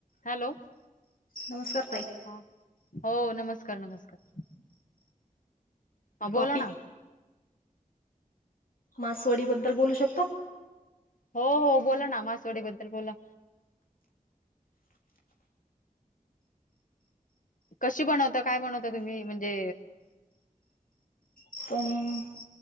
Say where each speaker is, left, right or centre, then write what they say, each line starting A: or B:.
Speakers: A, on the left (about 70°); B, on the left (about 85°).
A: Hello
B: नमस्कार ताई
A: ह हो नमस्कार नमस्कार. ह
B: टॉपिक
A: बोला ना.
B: मासवडी बद्दल बोलू शकतो.
A: हो हो बोला ना मासवडी बद्दल बोला. कशी बनवता काय बनवता तुम्ही म्हणजे
B: तर